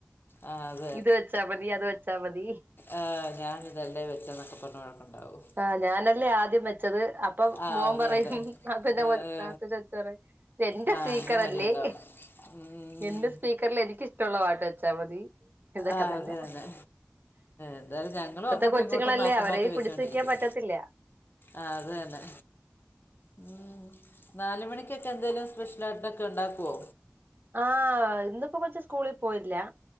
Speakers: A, on the left; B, on the right.
A: ആ, അത്
B: ഇത് വെച്ചാ മതി അത് വെച്ചാ മതി
A: ആഹ് ഞാനിതെല്ലേ വെച്ചേന്നക്കെ പറഞ്ഞ് വഴക്കൊണ്ടാവും
B: ആഹ് ഞാനല്ലെ ആദ്യം വെച്ചത്. അപ്പ
A: ആ
B: മോൻ
A: അത്
B: പറയും
A: തന്നെ
B: നാത്തൂന്റെ
A: ഏ,
B: മോൻ
A: ഏ.
B: നാത്തൂന്റെ കൊച്ചു പറയും ഇതെന്റെ
A: ആ
B: സ്പീക്കറല്ലേ
A: അങ്ങനെ അടി ഉണ്ടാവും ഉം.
B: എന്റെ സ്പീ ക്കർൽ എനിക്ക് ഇഷ്ട്ടൊള്ള പാട്ട് വെച്ചാ മതി. ഇതൊക്കെ
A: ആഹ്
B: തന്നെ
A: അതന്നെ എന്തായാലും ഞ ങ്ങളും
B: ഇപ്പത്തെ
A: അങ്ങോട്ടും
B: കൊച്ചുങ്ങളല്ലേ
A: ഇങ്ങോട്ടും മാറ്റി
B: അവരെ
A: മാറ്റി വെച്ചോണ്ടിരിക്കും
B: പിടിച്ച് നിക്കാൻ പറ്റത്തില്ല
A: ആഹ് അത് തന്നെ ഉം ഉം നാല് മണിക്കൊക്കെ എന്തേലും സ്പെഷ്യലായിട്ടൊക്കെ ഇണ്ടാക്കുവൊ
B: ആഹ് ഇന്നിപ്പൊ കൊച്ച് സ്കൂളി പോയില്ല